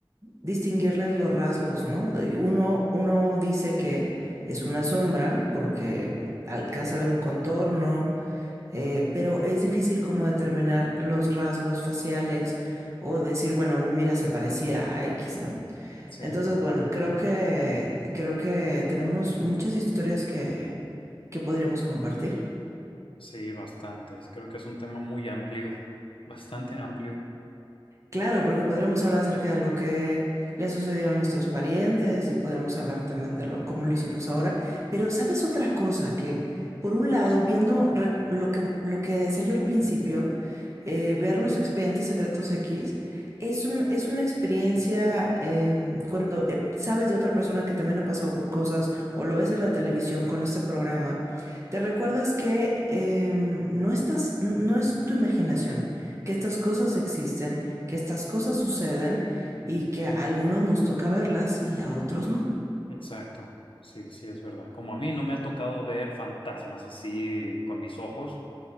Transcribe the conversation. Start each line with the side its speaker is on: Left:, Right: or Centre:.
Right: distinguirles los rasgos, ¿no? Uno, uno dice que es una sombra porque alcanza a ver un contorno, eh, pero es difícil como determinar los rasgos faciales o decir, bueno, mira, se parecía a X, ¿no?
Left: Sí,
Right: Entonces, bueno, creo que, creo que tenemos muchas historias que, que podríamos compartir.
Left: sí, bastantes. Creo que es un tema muy amplio, bastante amplio.
Right: Claro, porque podríamos hablar acerca de lo que le sucedió a nuestros parientes y podríamos hablar también de lo cómo lo hicimos ahora. Pero, ¿sabes otra cosa? Que, por un lado,
Left: Sí,
Right: viendo re- lo que, lo que decía yo al principio, eh, ver los expedientes secretos X, es un- es una experiencia em, cuando eh, sabes de otra persona que también ha pasado por cosas o lo ves en la televisión con este programa, te recuerdas que em, no estás, n- no es tu imaginación, que estas cosas existen, que estas cosas suceden
Left: sí,
Right: y que a algunos nos toca verlas y a otros no.
Left: exacto. Sí, sí, es verdad. Como a mí no me ha tocado ver fantasmas así con mis ojos,